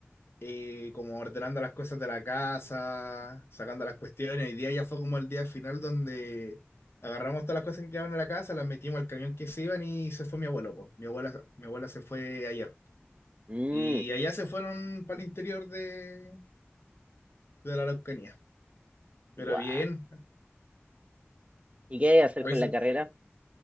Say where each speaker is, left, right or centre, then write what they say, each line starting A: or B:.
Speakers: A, on the left (about 60°); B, on the right (about 30°).
A: eh, como ordenando las cosas de la casa, sacando las cuestiones. Hoy día ya fue como el día final donde agarramos todas las cosas que quedaban en la casa, las metimos al camión que se iban y se fue mi abuelo, po. Mi abuela, mi abuela se fue ayer.
B: Mmm,
A: Y allá se fueron para el interior de, de la Araucanía. Pero
B: guau.
A: bien,
B: ¿Y qué hay que hacer
A: pues
B: con la carrera?